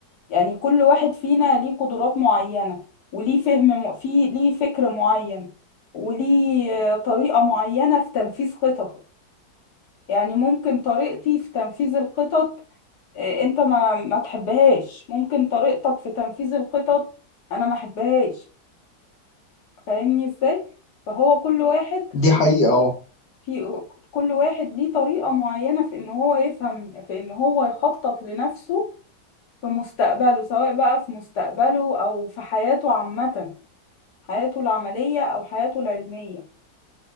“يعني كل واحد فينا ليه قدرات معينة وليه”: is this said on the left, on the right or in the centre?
Left